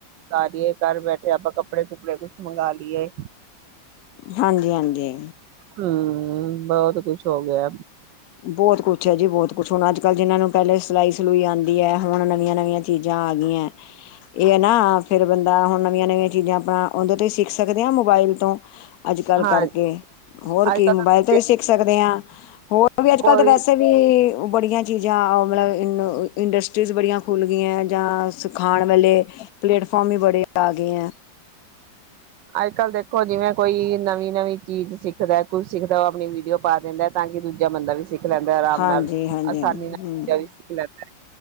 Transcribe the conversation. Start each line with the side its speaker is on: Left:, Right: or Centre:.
Right: ਮੰਗਾ ਲਏ ਘਰ ਬੈਠੇ ਆਪਾਂ ਕੱਪੜੇ-ਕੁੱਪੜੇ ਕੁਛ ਮੰਗ ਲੀ ਏ।
Left: ਹਾਂਜੀ ਹਾਂਜੀ।
Right: ਹੂੰ ਬਹੁਤ ਕੁਛ ਹੋ ਗੇਆ।
Left: ਬੋਤ ਕੁਛ ਐ ਜੀ ਬਹੁਤ ਕੁਛ ਹੁਣ ਅੱਜ-ਕੱਲ ਜ ਜੀਨਾਂ ਨੂੰ ਪੈਲੇ ਸਲਾਈ-ਸਲੂਈ ਆਦੀ ਐ ਹੁਣ ਨਵੀਆਂ-ਨਵੀਆਂ ਚੀਜ਼ਾਂ ਆ ਗੀਐ ਏ ਨਾ ਫੇਰ ਬੰਦਾ ਹੁਣ ਨਵੀਆਂ-ਨਵੀਆਂ ਚੀਜ਼ਾਂ ਆਪਣਾ ਓਦੇ ਤੋਂ ਈ ਸਿੱਖ ਸਕਦੇ ਆਂ ਮੋਬਾਇਲ ਤੋਂ ਅੱਜ-ਕੱਲ
Right: ਹਾਂ
Left: ਕਰਕੇ, ਹੋਰ
Right: ਅੱਜ
Left: ਕੀ
Right: ਕੱਲ
Left: ਮੋਬਾਇਲ
Right: ਤਾਂ ਤੁਸੀਂ
Left: ਤੋਂ ਵੀ ਸਿੱਖ ਸਕਦੇ ਆਂ ਹੋਰ ਵੀ ਅੱਜ-ਕੱਲ
Right: ਕੋਈ
Left: ਤਾਂ ਵੈਸੇ ਵੀ ਵੜੀਆਂ ਚੀਜ਼ਾਂ ਮਲਵ ਇੰਡਸਟਰੀਜ਼ ਬੜੀਆਂ ਖੁੱਲ ਗਈਆਂ ਜਾਂ ਸ ਖਾਣ ਵੇਲੇਲ ਪਲੇਟਫੋਮ ਵੀ ਬੜੇ ਆ ਗੇ ਆ
Right: ਅੱਜ-ਕੱਲ ਦੇਖੋ ਜਿਵੇਂ ਕੋਈ ਨਵੀਂ-ਨਵੀਂ ਚੀਜ਼ ਸਿੱਖਦਾ ਕੁਝ ਸੇਖਦਾ ਓ ਆਪਣੀ ਵੀਡੀਓ ਪਾ ਦੇਂਦਾ ਤਾਂ ਕੀ ਦੂਜਾ ਬੰਦਾ ਵੀ ਸਿੱਖ ਲੈਂਦਾ ਆਰਾਮ
Left: ਹਾਂਜੀ
Right: ਨਾਲ
Left: ਹਾਂਜੀ
Right: ਆਸਾਨੀ
Left: ਹਮ
Right: ਨਾਲ ਦੂਜਾ ਵੀ ਸ ਲੈਦਾ ਏ